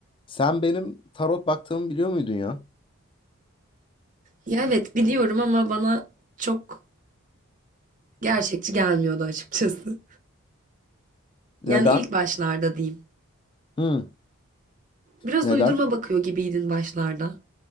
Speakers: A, on the left; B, on the right.
A: Sen benim tarot baktığımı biliyor muydun ya?
B: Ya evet biliyorum ama bana çok gerçekçi gelmiyordu açıkçası.
A: Neden?
B: Yani ilk başlarda diyeyim.
A: Hı,
B: Biraz
A: neden?
B: uydurma bakıyor gibiydin başlarda.